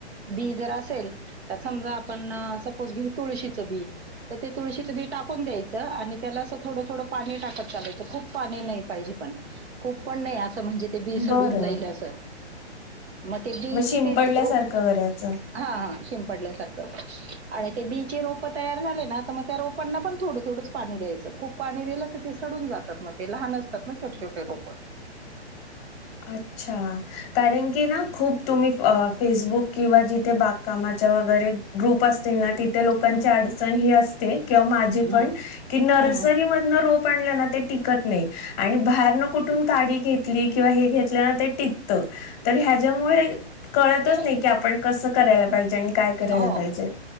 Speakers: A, on the right; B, on the left.
A: बी जर असेल तर समजा आपण सपोज घेऊ तुळशीचं बी तर ते तुळशीचं बी टाकून द्यायचं आणि त्याला असं थोडं थोडं पाणी टाकत चालायचं खूप पाणी नाही पाहिजे पण खूप पण नाही अ स म्हणजे ते बी सडून
B: बरं.
A: जाईल असं. मग ते बी
B: शिंपडल्यासारखं
A: ची ते रो
B: करायचं.
A: हा हा शिंपडल्यासारखं. आणि ते बी चे रोपं तयार झाले ना तर मग त्या रोपांना पण थोडं थोडंच पाणी द्यायचं खूप पाणी दिलं तर ती सडून जात तात मग ते लहान असतात ना छोटे छोटे रोप.
B: अच्छा कारण की ना खूप तुम्ही फेसबुक किंवा जि त बागकामाच्या वगैरे ग्रुप असतील ना तिथे लोकांची
A: हं,
B: अडचणी ही अस ते. किंवा माझी
A: हं,
B: पण की नर्सरी
A: हं.
B: मधन रो प ना ते टिकत नाही. आणि बाहेरनं कुठून काडी घेतली. घेतल्याने ते टिकतं तर ह्याच्यामुळे कळतच
A: ते
B: नाही की आपण कसं करायला पाहिजे आणि काय करायला
A: हो
B: पाहिजे